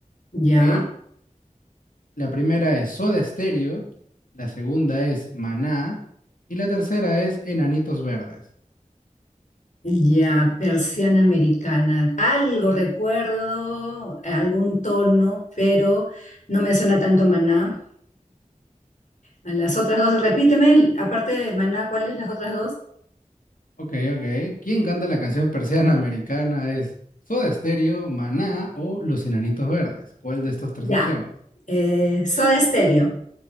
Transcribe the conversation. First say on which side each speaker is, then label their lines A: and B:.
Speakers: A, on the left; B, on the left.
A: ya,
B: ¿ok? La primera es Soda Stereo, la segunda es Maná y la tercera es Enanitos Verdes.
A: ya, persiana americana. Algo recuerdo, algún tono, pero no me suena tanto Maná. A Las otras dos, repíteme, aparte de Maná, ¿cuáles las otras dos?
B: Ok, ok. ¿Quién canta la canción Persiana Americana? ¿Es Soda Stereo, Maná o Los Enanitos Verdes? ¿Cuál de estas tres
A: Ya.
B: opciones?
A: Eh, Soda Stereo.